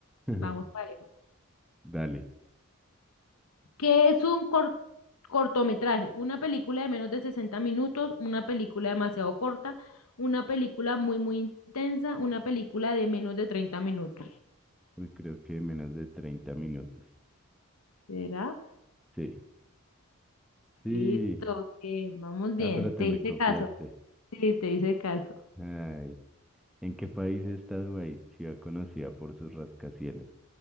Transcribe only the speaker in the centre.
<laughs>
Dale.
Uy, creo que menos de 30 minutos.
Sí, sí.
Ah, pero te
me
copiaste.
Ay. ¿En qué país está Dubái, ciudad conocida por sus rascacielos?